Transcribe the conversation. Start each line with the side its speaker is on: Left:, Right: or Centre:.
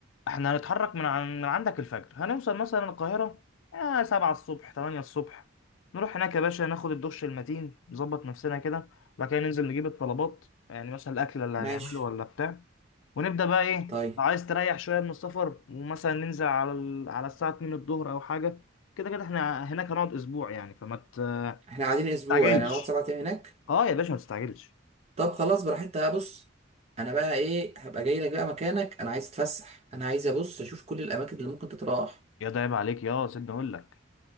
Left: احنا هنتحرك من عن... من عندك الفجر هنوصل مثلا القاهرة آه سبعة الصبح تمانية الصبح نروح هناك يا باشا ناخد الدش المتين نظبط نفسنا كده وبعد كده ننزل نجيب الطلبات يعني مثلا الأكل اللي
Right: ماشي
Left: هنعمله ولا بتاع ونبدأ بقى إيه
Right: طيب
Left: لو عايز تريح شوية من السفر ومثلا ننزل على ال... على الساعة 2 الظهر أو حاجة كده كده احنا هناك هنقعد أسبوع يعني فما ت-
Right: احنا قاعدين اسبوع
Left: تستعجلش
Right: يعني هنقعد سبعة ايام هناك
Left: اه يا باشا ما تستعجلش
Right: طب خلاص براحتها بص انا بقى ايه هبقى جاي لك بقى مكانك انا عايز اتفسح انا عايز ابص اشوف كل الاماكن اللي ممكن تتراح
Left: يا ده عيب عليك يا سيبني أقول لك